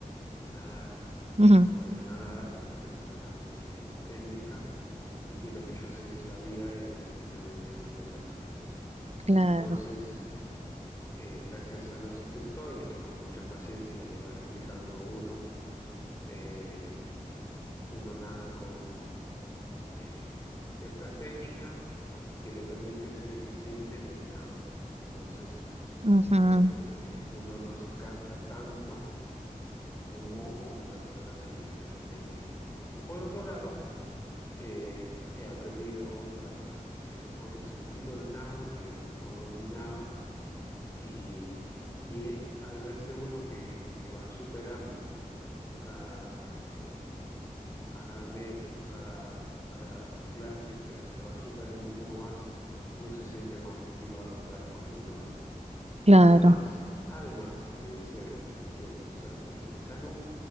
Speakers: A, on the left; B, on the right.
A: nadar
B: Ujú,
A: no era nadar, sino que me faltaba muchísima técnica y que lo que yo se- sabía era simplemente mantenerme a flote.
B: claro,
A: Entonces, eh, gracias a los instructores que con mucha paciencia le van explicando a uno, eh, uno nada con eh, ciertas técnicas que le permite ser eficiente en el nado. Entonces,
B: ujú,
A: eh, uno no se cansa tanto como una persona que quizás está iniciando. Y por otro lado, eh, he aprendido otras, eh, otros estilos de nado que no dominaba Y, y, eh, al verse uno que, que va superando con cada, eh, a cada mes o cada, cada clase que va- se va superando un poco más, uno se siente más motivado para continuar.
B: claro,
A: Además, además de ser una cuestión sa- de, de salud,